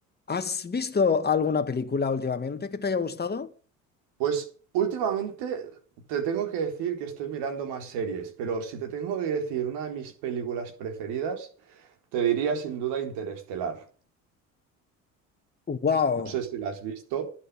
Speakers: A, on the left; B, on the right.
A: ¿Has visto alguna película últimamente que te haya gustado?
B: Pues últimamente te tengo que decir que estoy mirando más series, pero si te tengo que decir una de mis películas preferidas, te diría sin duda Interestelar.
A: ¡Wow!
B: No sé si la has visto.